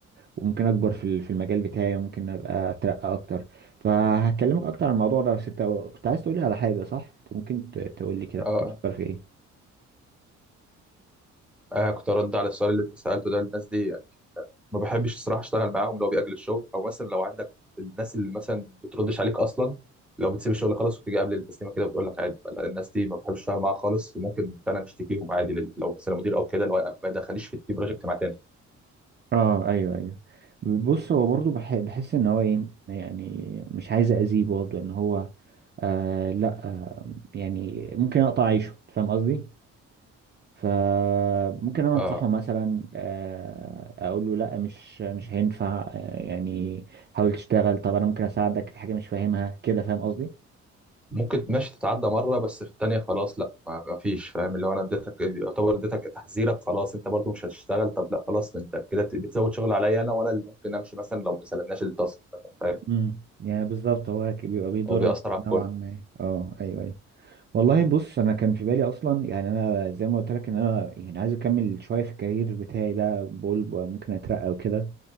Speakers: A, on the right (about 35°); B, in the centre.
A: وممكن أكبر في ال- في المجال بتاعي وممكن أبقى أترقى أكتر فهكلمك أكتر عن الموضوع ده بس أنت كنت عايز تقولي على حاجة صح؟ أنت ممكن ت- تقولي كده كنت
B: آه.
A: بتفكر في إيه؟
B: آه كنت ارد على السؤال اللي انت سالته ده الناس دي ما بحبش الصراحه اشتغل معاهم لو بيأجل الشغل او مثلا لو عندك الناس اللي مثلا بتردش عليك اصلا لو بتسيب الشغل خالص وتيجي قبل التسليمه كده بتقول لك عادي فلا، الناس دي ما بحبش اشتغل معاها خالص وممكن فعلا اشتكيهم عادي لل- لو مثلا مدير او كده لو ما دخليش في التيم بروجكت مع تاني
A: اه ايوه ايوه بص هو برضو بح- بحس ان هو ايه يعني مش عايز اذيه برضو ان هو آه لا آه يعني ممكن اقطع عيشه فاهم قصدي فممكن انا انصحه
B: آه
A: مثلا آه اقول له لا مش مش هينفع آه يعني حاول تشتغل طب انا ممكن اساعدك في حاجه مش فاهمها كده فاهم قصدي
B: ممكن ماشي تتعدى مره بس في التانيه خلاص لا ما ما فيش فاهم اللي هو انا اديتك يعتبر اديتك تحذيرك خلاص انت برضو مش هتشتغل طب لا خلاص انت كده بت- بتزود شغل عليا انا وانا اللي ممكن امشي مثلا لو ما سلمناش التاسك فاهم
A: امم يعني بالظبط هو بيبقى بيضرك
B: هو بيأثر على الكل
A: نوعا ما اه ايوه والله بص انا كان في بالي اصلا يعني انا زي ما قلت لك ان انا يعني عايز اكمل شويه في الكارير بتاعي ده بقول ب- ممكن اترقى وكده